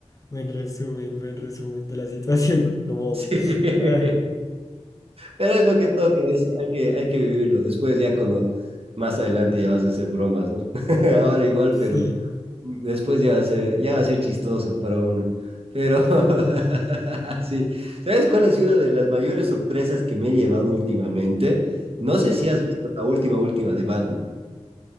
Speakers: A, on the left; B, on the right.
A: buen resumen, buen resumen de la situación. <laughs> Como,
B: Sí.
A: vamos. ah,
B: Pero es lo que toca, es- hay que, hay que vivirlo. Después ya cuando más adelante ya vas a hacer bromas, ¿no? <laughs> Ahora igual,
A: sí,
B: pero después ya va a ser, ya va a ser chistoso para uno. Pero <laughs> sí, ¿sabes cuál ha sido una de las mayores sorpresas que me he llevado últimamente? No
A: cuéntame.
B: sé si has visto la última, última de Batman.